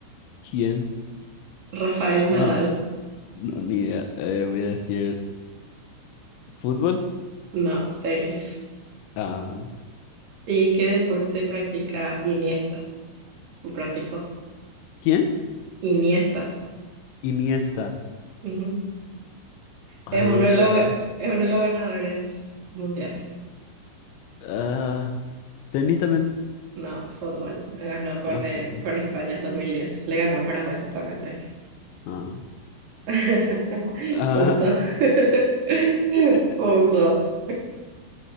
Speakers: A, on the left; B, on the right.
A: ¿Quién?
B: Rafael Nadal,
A: Ah, no, ni idea. Eh, voy a decir fútbol.
B: no, tenis.
A: Ah, bueno.
B: ¿Y qué deporte practica Iniesta? ¿O practicó?
A: ¿Quién?
B: Iniesta.
A: Iniesta.
B: Ujú.
A: Ay,
B: Es uno
A: boludo.
B: de los, ga- es uno de los ganadores mundiales.
A: Ah, tenis también.
B: No, fútbol. Ganó con,
A: Ah,
B: eh,
A: fútbol.
B: con España en 2010. Le ganó a Paraguay justamente.
A: Ah,
B: <laughs>
A: ah,
B: Punto. <laughs>
A: <laughs>
B: Punto.